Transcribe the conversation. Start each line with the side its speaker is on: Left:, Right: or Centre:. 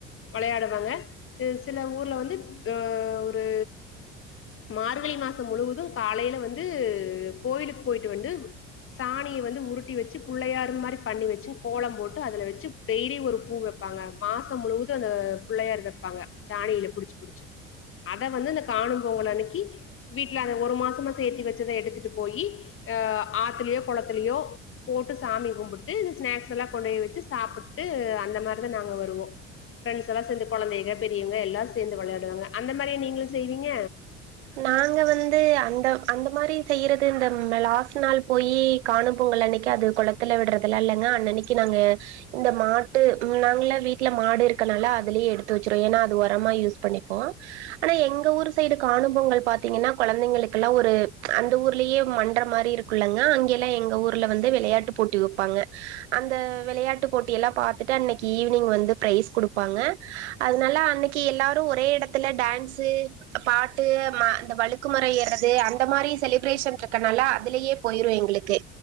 Left: வெளையாடுவாங்க சில ஊர்ல வந்து ஆ ஒரு மார்கழி மாச முழுவதும் காலைல வந்து கோயிலுக் போய்ட்டு வன்டு சாணிய வந்து உருட்டி வச்சு புள்ளையாரு மாரி பண்ணி வச்சு கோலம் போட்டு அதுல வெச்சு டெய்லி ஒரு பூ வெப்பாங்க மாச முழுவது அந்த புள்ளையார் வெப்பாங்க சாணியில புடிச்சு புடிச்சு அத வந்து இந்த காணும் பொங்கல் அன்னைக்கி வீட்ல அத ஒரு மாசமா சேத்தி வச்சத எடுத்துட்டு போயி அ ஆத்துலயோ குளத்திலயோ போட்டு சாமி கும்புட்டு இந்த ஸ்நாக்ஸ்ஸலா கொண்டோய் வச்சு சாப்புட்டு அந்த மாரிதா நாங்க வருவோ பிரெண்ட்ஸ்ஸல்லா சேந்து கொழந்தைங்க பெரியவங்க எல்லாரு சேந்து விளையாடுவாங்க அந்த மாரிய நீங்களு செய்வீங்க
Right: நாங்க வந்து அந்த அந்த மாரி செய்யறது இந்த லாஸ்டு நாள் போயி காணும் பொங்கல் அன்னைக்கி அது கொளத்துல விடுறதுலா இல்லைங்க அன்னன்னக்கி நாங்க இந்த மாட்டு நாங்களல்லா வீட்ல மாடு இருக்கனால அதுலே எடுத்து வச்சிரோ ஏன்னா அது உரமா யூஸ் பண்ணிப்போ ஆனா எங்க ஊரு சைடு காணு பொங்கல் பாத்தீங்கன்னா கொழந்தைங்களுகிலா ஒரு அந்த ஊர்லியே மன்ற மாரி இருக் குள்ளங்க அங்கேல்லா எங்க ஊர்ல வந்து விளையாட்டு போட்டி வெப்பாங்க அந்த விளையாட்டு போட்டி எல்லா பாத்துட்டு அன்னைக்கி ஈவினிங் வந்து பிரைஸ் குடுப்பாங்க அதுனால அன்னைக்கி எல்லாரு ஒரே இடத்துல டான்ஸு பாட் ட்டு ம இந்த வழுக்குமர ஏற்றது அந்த மாரி செலிப்ரேஷன் ரிக்கனால அதுலேயே போயிறு எங்களுக்கு